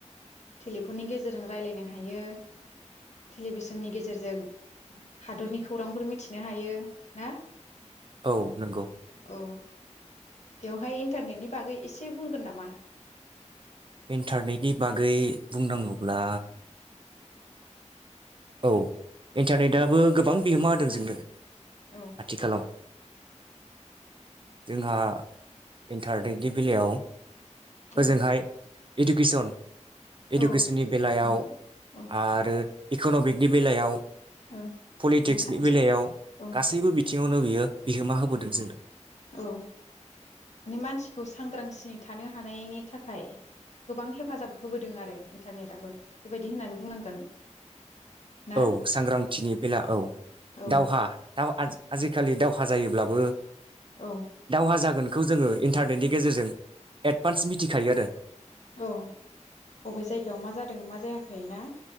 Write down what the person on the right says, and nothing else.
औ नंगौ
इन्टारनेटनि बागै बुंनांगौब्ला
औ इन्टारनेटआबो गोबां बिहोमा होदों जोंनो।
आथिखालाव जोंहा इन्टारनेटनि बेलायाव।
ओजोंहाय इडुकेसन इडुकेसननि
बेलायाव
आरो इक'न'मिकनि बेलायाव
पलिटिक्सनि
बेलायाव
गासैबो बि बिथिङावनो बियो बिहोमा होबोदों जोंनो
औ सांग्रांथिनि बेला औ
दावहा दाव आ आजिखालि दावहा जायोब्लाबो
दावहा जागोन। बेखौ जोङो इन्टारनेटनि गेजेरजों एडभान्स मिथिखायो आरो